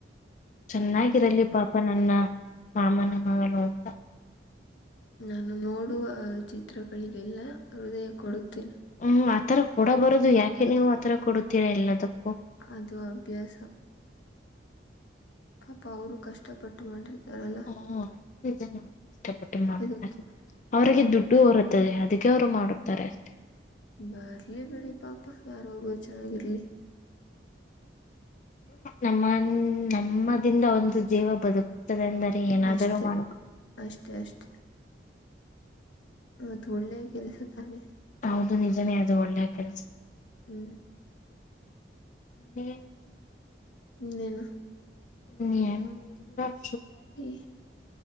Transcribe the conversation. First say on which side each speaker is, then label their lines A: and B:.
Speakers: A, on the left; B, on the left.
A: ಚೆನ್ನಾಗಿರಲಿ ಪಾಪ ನನ್ನ ಮಾಮನ ಮಗಳು ಅಂತ.
B: ನಾನು ನೋಡುವ ಚಿತ್ರಗಳಿಗೆಲ್ಲ ಹೃದಯ ಕೊಡುತ್ತೇನೆ.
A: ಹ್ಮ್ ಆತರ ಕೊಡ ಬರದು ಯಾಕೆ ನೀವು ಆತರ ಕೊಡುತ್ತೀರಾ ಎಲ್ಲದಕ್ಕೂ
B: ಅದು ಅಭ್ಯಾಸ. ಪಾಪ ಅವರು ಕಷ್ಟಪಟ್ಟು ಮಾಡೊಂಡಿರ್ತಾರಲ್ಲ.
A: ಹಾ ನಿಜಾ ನಿಜಾ ಕಷ್ಟಪಟ್ಟು ಮಾಡುತ್ತಾರೆ
B: ಅದಕ್ಕೆ.
A: ಅವ್ರರಿಗೆ
B: ಹ್ಮ್,
A: ದುಡ್ಡು ಹೊರುತ್ತದೆ ಅದಕ್ಕೆ ಅವ್ರು ಮಾಡುತ್ತಾರೆ ಅಷ್ಟೆ.
B: ಬರ್ಲಿ ಬಿಡಿ ಪಾಪ ಯಾರೊ ಒಬ್ಬರು ಚೆನ್ನಾಗಿರ್ಲಿ
A: ನಮ್ಮ ನಮ್ಮದಿಂದ ಒಂದು ಜೀವ ಬದುಕುತ್ತದೆ ಅಂದರೆ ಏನಾದರು
B: ಅಷ್ಟೇ,
A: ಮಾಡಕು
B: ಅಷ್ಟೇ.. ಅಷ್ಟೇ.. ಮತ್ ಒಳ್ಳೆಯ ಕೆಲ್ಸ ತಾನೆ
A: ಹೌದು ನಿಜನೇ ಅದು ಒಳ್ಳೆ ಕೆಲ್ಸ
B: ಹ್ಮ
A: ಹ್ಮ
B: ಇನ್ನೇನು
A: ಹನ್ <inaudible>
B: ಹ್ಮ